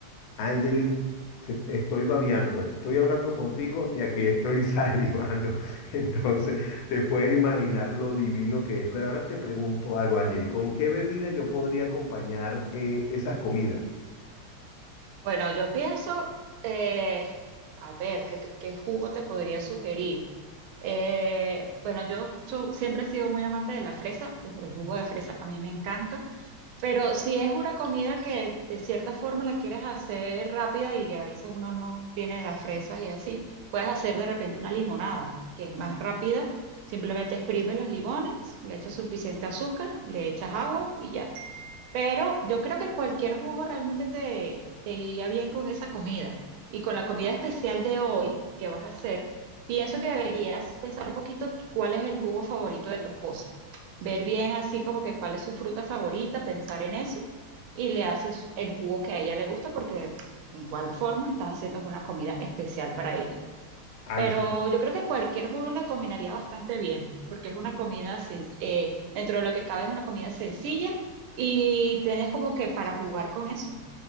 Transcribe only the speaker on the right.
Bueno, yo pienso, eh, a ver, ¿qué, te- qué jugo te podría sugerir? Eh, bueno, yo so- siempre he sido muy amante de la fresa, pues, el jugo de fresa a mí me encanta, pero si es una comida que de cierta forma la quieres hacer rápida y a veces uno no tiene la fresa y así, puedes hacer de repente una limonada, que es más rápida, simplemente exprimes los limones, le echas suficiente azúcar, le echas agua y ya. Pero yo creo que cualquier jugo realmente te, te iría bien con esa comida. Y con la comida especial de hoy que vas a hacer, pienso que deberías pensar un poquito cuál es el jugo favorito de tu esposa. Ver bien así como que cuál es su fruta favorita, pensar en eso y le haces el jugo que a ella le gusta porque de igual forma estás haciendo una comida especial para ella.
Pero
yo creo que cualquier jugo la combinaría bastante bien, porque es una comida, sen- eh, dentro de lo que cabe es una comida sencilla y tenés como que para jugar con eso.